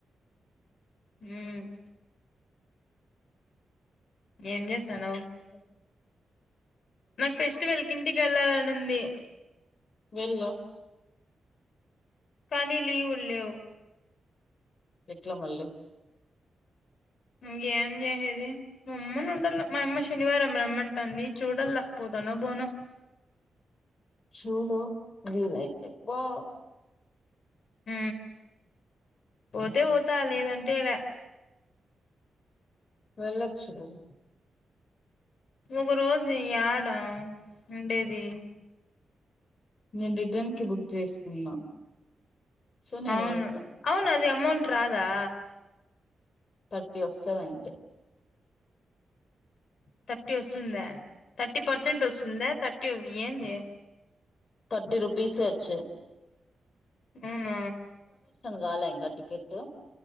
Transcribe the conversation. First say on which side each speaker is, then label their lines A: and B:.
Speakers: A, on the left (about 65°); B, on the left (about 40°).
A: హ్మ్ ఏం చేసానువ్
B: ఓకే
A: నాకు ఫెస్టివెల్ కింటికి వెళ్ళాలనుంది
B: వెళ్ళు
A: కానీ లీవుల్లేవ్
B: ఎట్ల మళ్ళీ
A: ఇకేం చేసేది రమ్మను ఉండాల మా అమ్మ శనివారం రమ్మంటా అంది చూడలా పోతానో బోన
B: చూడు వీలైతే పో
A: హ పోతే పోతా లేదంటే లే
B: వెళ్ళొచ్చు కదా
A: ఒక రోజు ఏడా ఉండేది
B: నేను రిటర్న్ క బుక్ చేసుకున్నాం సో నేను
A: అవును
B: వెళ్తా
A: అవును అమౌంట్ రాదా
B: థర్టీ వస్తాది అంతే
A: థర్టీ వస్తుందా థర్టీ పర్సెంట్ వస్తుందా ఏంది
B: థర్టీ రుపీస్ వచ్చేది
A: అవునా
B: గాల ఇంకా టికెట్